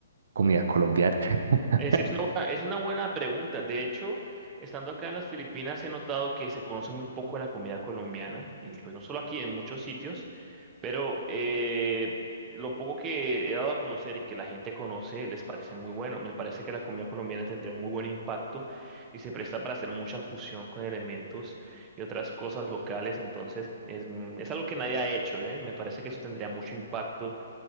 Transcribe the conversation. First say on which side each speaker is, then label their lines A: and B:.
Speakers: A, on the right; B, on the right.
A: comida colombiana. <laughs>
B: Es, es una buena, es una buena pregunta. De hecho, estando acá en las Filipinas he notado que se conoce muy poco de la comida colombiana, y pues no solo aquí, en muchos sitios, pero eh, lo poco que he dado a conocer y que la gente conoce les parece muy bueno. Me parece que la comida colombiana tendría un muy buen impacto y se presta para hacer mucha fusión con elementos y otras cosas locales, entonces es, mm, es algo que nadie ha hecho, ¿eh? Me parece que eso tendría mucho impacto